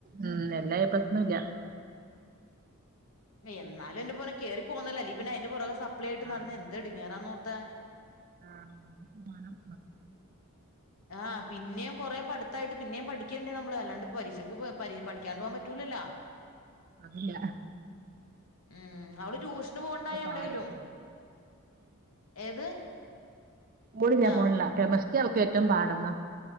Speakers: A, on the right; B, on the left.
A: ഉം എല്ലാ ഏപ്ലസൊന്നുല്ല
B: എന്നാലും എന്റെ പൊന്നൊ കേറി പോന്നല്ലോ അല്ലെ പിന്നെ അതിന്റെ പൊറകെ സപ്ലിയായിട്ട്
A: ആ
B: നടന്ന എന്തഎടങ്ങേറാ ന്നോർ ത്ത
A: ആ ഞമ്മക്കും മാണം
B: ആ പിന്നെയും കോറെ പഠത്തായിട്ട് പിന്നേ പഠിക്കേണ്ടേ നമ്മള് അല്ലാണ്ട് പരീക്ഷക്ക് പ പഠിക്കാണ്ട് പോകാൻ പറ്റൂലല്ലോ
A: അതല്ല
B: ഉം അവള് ട്യൂഷന് പോവണ്ടായ എവിടെലും
A: പാട്
B: ഏത്
A: പോണില്ലാ
B: ആഹ്
A: പോണില്ലാ കെമി <unintelligible> ഏറ്റവും പാടുന്ന